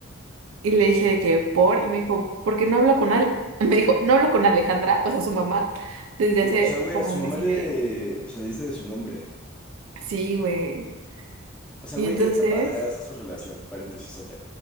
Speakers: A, on the right (about 80°); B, in the centre.
A: Y le dije de que por, y me dijo, ¿por qué no hablo con Al? <laughs> Me dijo, no hablo con Alejandra, o sea, su mamá, desde
B: Y,
A: hace
B: o sea, güey,
A: como
B: a su
A: un
B: mamá
A: mes
B: le.
A: y medio.
B: O sea, le dice de su nombre.
A: Sí, güey.
B: O sea,
A: Y
B: güey,
A: entonces,
B: ¿qué tan madreada está su relación? Paréntesis, ok,